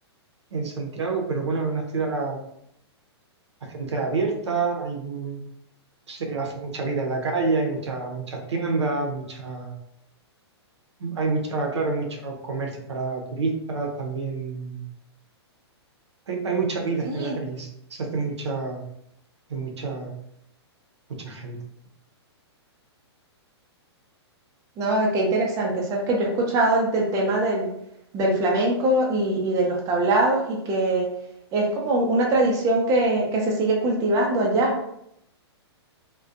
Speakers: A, on the right (about 80°); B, on the right (about 25°).
A: en Santiago, pero bueno, es una ciudad, la gente es abierta, hay, mm, se hace mucha vida en la calle, hay muchas muchas tiendas, mucha, hay mucha, claro, muchos comercios para turistas, también hay, hay mucha vida
B: Sí,
A: en la calle, se se hace mucha, hay mucha, mucha gente.
B: No, qué interesante. Sabes que yo he escuchado el, del tema del, del flamenco y, y de los tablados y que es como una tradición que, que se sigue cultivando allá.